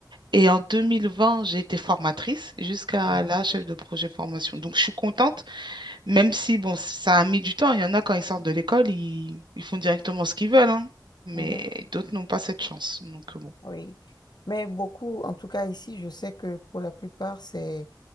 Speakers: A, on the right; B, on the left.
A: Et en 2020, j'ai été formatrice jusqu'à
B: hmm,
A: là, chef de projet formation. Donc, je suis contente, même si, bon, ça a mis du temps. Il y en a quand ils sortent de l'école, ils, ils font directement ce qu'ils veulent, hein. Mais
B: hmm, hmm.
A: d'autres n'ont pas cette chance. Donc, euh, bon.
B: Oui. Mais beaucoup, en tout cas ici, je sais que pour la plupart, c'est,